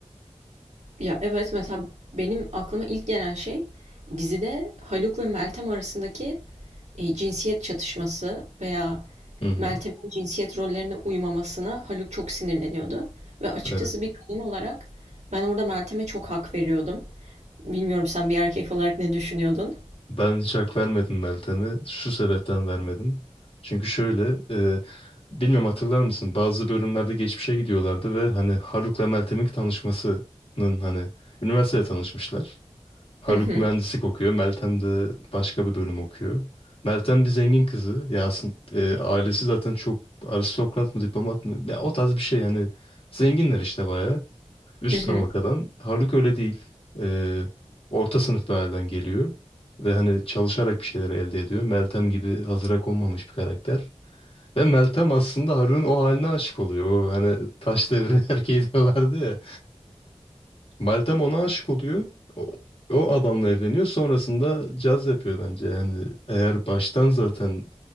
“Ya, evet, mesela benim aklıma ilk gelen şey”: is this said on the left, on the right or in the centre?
Right